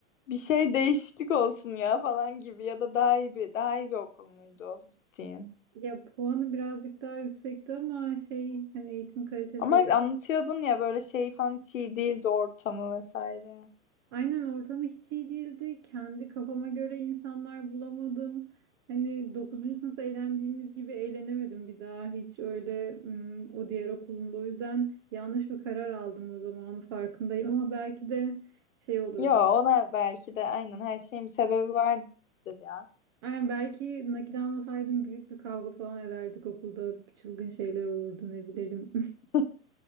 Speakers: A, on the left (about 70°); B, on the right (about 20°).
A: Bir şey değişiklik olsun ya falan gibi ya da daha iyi bir daha iyi bir okul muydu o gittiğin?
B: Ya puanı birazcık daha yüksekti ama şey hani eğitim kalitesi
A: Ama anlatıyordun ya böyle şey falan hiç iyi değildi ortamı vesaire.
B: Aynen ortamı hiç iyi değildi. Kendi kafama göre insanlar bulamadım. Hani 9. sınıfta eğlendiğimiz gibi eğlenemedim bir daha hiç öyle ım, o diğer okulumda. O yüzden yanlış bir karar aldım o zamanın farkındayım ama belki de şey olurdu.
A: Yo ona belki de aynen her şeyin bir sebebi vardır ya.
B: Aynen belki nakit almasaydım büyük bir kavga falan ederdik okulda. Çılgın şeyler olurdu ne bilelim. <laughs>
A: <laughs>